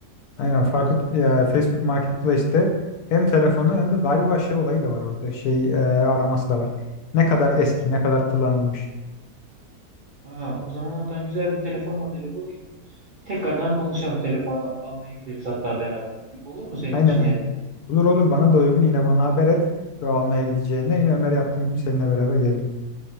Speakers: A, on the left; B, on the right.
A: Aynen farklı ya Facebook Marketplace'te hem telefonu hem de galiba şey olayı da var orada şey e, araması da var. Ne kadar eski ne kadar kullanılmış.
B: Aa, o zaman oradan güzel bir telefon modeli bulayım. Tekrardan konuşalım. Telefonu almaya gideriz hatta beraber. Olur mu senin
A: Aynen
B: için
A: aynen.
B: yani?
A: Olur olur bana da uygun yine bana haber et. Ve almaya gideceğinde yine Ömer'e yaptığım gibi seninle beraber gelirim.